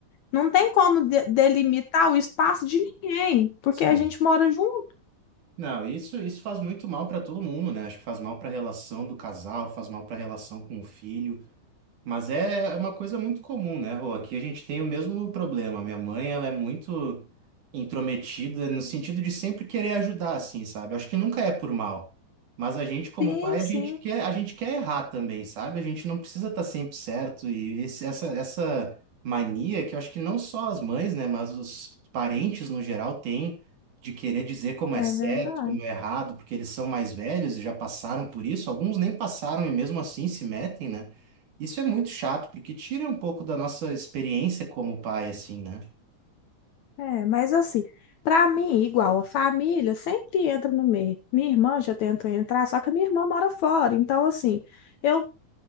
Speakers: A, on the left; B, on the right.
A: não tem como de- delimitar o espaço de ninguém, porque
B: Sim.
A: a gente mora junto.
B: Não, isso, isso faz muito mal para todo mundo, né? Acho que faz mal para a relação do casal, faz mal para a relação com o filho. Mas é uma coisa muito comum, né, Rô? Aqui a gente tem o mesmo problema. Minha mãe, ela é muito intrometida no sentido de sempre querer ajudar, assim, sabe? Acho que nunca é por mal. Mas a gente, como
A: Sim,
B: pai,
A: sim,
B: a gente quer, a gente quer errar também, sabe? A gente não precisa estar sempre certo. E esse- essa, essa mania que eu acho que não só as mães, né, mas os parentes no geral têm de querer dizer como
A: é
B: é certo,
A: verdade.
B: como é errado, porque eles são mais velhos e já passaram por isso. Alguns nem passaram e mesmo assim se metem, né? Isso é muito chato, porque tira um pouco da nossa experiência como pai, assim, né?
A: É, mas assim, pra mim, igual a família, sempre entra no meio. Minha irmã já tentou entrar, só que a minha irmã mora fora. Então, assim, eu